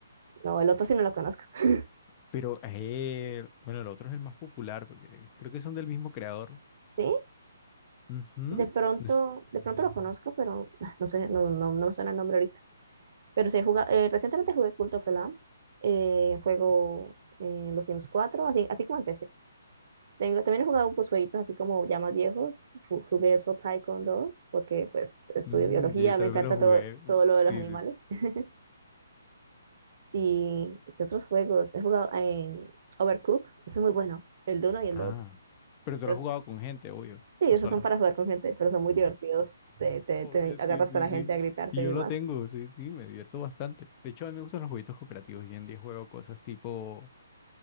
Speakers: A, on the right; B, on the left.
A: No, el otro sí no lo conozco. <laughs>
B: Pero, eh, bueno, el otro es el más popular, porque creo que son del mismo creador.
A: ¿Sí?
B: Ujú.
A: De pronto,
B: Es-
A: de pronto lo conozco, pero <laughs> ah, no sé, no, no, no me suena el nombre ahorita. Pero sí, he jugado, eh, recientemente jugué Cult of the Lamb. eh, juego eh, los Sims cuatro así, así como en Tengo, también he jugado pues jueguitos así como ya más viejos. Ju- Jugué Soul Tycoon dos porque pues estudio
B: mm,
A: biología,
B: sí, yo también
A: me encanta
B: me lo jugué.
A: todo, todo lo de
B: Sí,
A: los animales.
B: sí, sí.
A: <laughs> ¿Y qué otros juegos? He jugado en Overcooked, ese es muy bueno, el uno y el
B: Ah,
A: dos
B: pero tú
A: Pero-
B: lo has jugado con gente, obvio,
A: sí,
B: o
A: esos
B: sola.
A: son para jugar con gente, pero son muy divertidos. Te, te,
B: Obvio,
A: te agarras
B: sí, sí,
A: con la
B: sí.
A: gente a gritarte
B: Y yo
A: y demás.
B: lo tengo, sí, sí, me divierto bastante. De hecho, a mí me gustan los jueguitos cooperativos. y en día juego cosas tipo